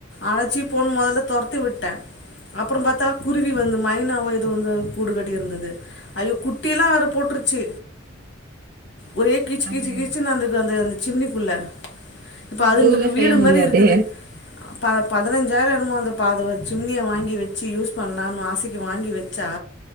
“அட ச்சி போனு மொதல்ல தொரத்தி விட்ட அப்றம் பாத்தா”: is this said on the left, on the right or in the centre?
Left